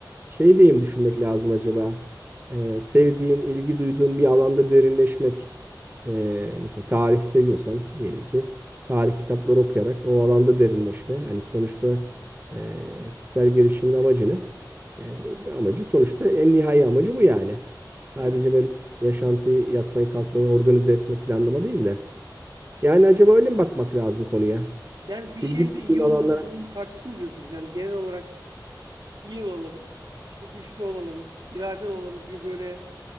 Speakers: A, on the right; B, on the right.
A: şey diyeyim düşünmek lazım acaba. E, sevdiğin, ilgi duyduğun bir alanda derinleşmek. E, mesela tarih seviyorsan diyelim ki tarih kitapları okuyarak o alanda derinleşme. yani sonuçta e, kişisel gelişimin amacı ne? E, amacı sonuçta en nihai amacı bu yani. Sadece
B: Evet.
A: böyle yaşantıyı yatmayı kalkmayı organize etme planlama değil de. Yani acaba öyle mi bakmak lazım konuya?
B: Yani bir
A: İlgi
B: şeyde iyi
A: duyduğun alanlara.
B: olmada bunun bir parçası mı diyorsunuz? Yani genel olarak iyi olalım, işte güçlü olalım, iradeli olalım gibi böyle